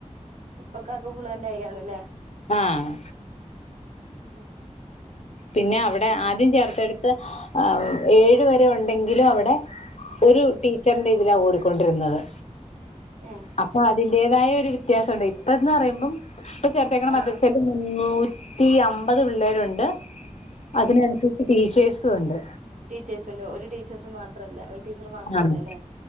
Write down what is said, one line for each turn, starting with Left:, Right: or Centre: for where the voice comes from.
Right: ഇപ്പൊപ്പാക്ക് ഫുളന്റ് ആയി കാണുല്ലേ
Left: ആഹ്
Right: ഉം
Left: പിന്നെ അവി എ ആദ്യം
Right: ഉം
Left: ചേർത്തട്ത് അ ഉ ഏയ്‌വരെ ഉണ്ടങ്കിലു അവടെ ഒരു
Right: ഉം
Left: ടീച്ചർന്റെ തിലെ ഓടികൊണ്ടിരുന്നത്
Right: ഏ
Left: അപ്പൊ അതിൻ ജെതായെ രു വെത്യാസോണ്ട് ഇപ്പന്നറിയുമ്പം പ്പ തേങ്ങണ മദ്അസേല്
Right: ആ ആ
Left: നൂറ്റിഅമ്പ് മ്പത് പിള്ളേരുണ്ട് അതിന് ശെരിക് ടീച്ചേയ്സ് തുണ്ട്
Right: ടീച്ചേയ്സല്ലോ ഒരു ടീച്ചേസ് മാത്രല്ല ഒരു ടീച്ചർ മാത്രല്ലലെ
Left: ആഹ്